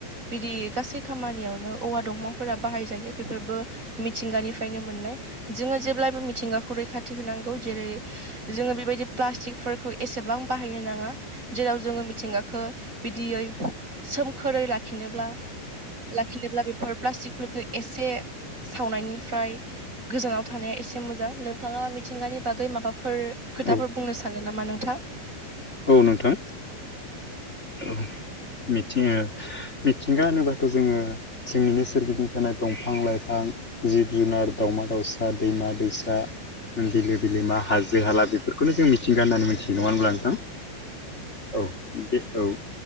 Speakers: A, on the right; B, on the left.
A: बिदि गासै खामानियावनो औवा दंफांफोरा बाहायजायो बेफोरबो मिथिंगानिफ्रायनो मोननाय जोङो जेब्लायबो मिथिंगाखौ रैखाथि होनांगौ जेरै जोङो बेबायदि प्लास्टिकफोरखौ एसेबां बाहायनो नाङा जेराव जोङो मिथिंगाखौ बिदियै सोमखोरै लाखिनोब्ला लाखिनोब्ला बेफोर प्लास्टिकफोरखौ एसे सावनायनिफ्राय गोजानाव थानाया एसे मोजां नोंथाङा मिथिंगानि बागै माबाफोर खोथाफोर
B: औ
A: बुंनो सानो नामा नोंथां
B: औ नोंथां औ मिथिंगा मिथिंगा होनोब्लाथ' जोङो जोंनिनो सोरगिदिं थानाय दंफां लाइफां जिब जुनार दाउमा दाउसा दैमा दैसा बिलो बिलो मा हाजो हाला बेफोरखौनो जों मिथिंगा होननानै मिथियो नङा होनब्ला नोंथां औ बे औ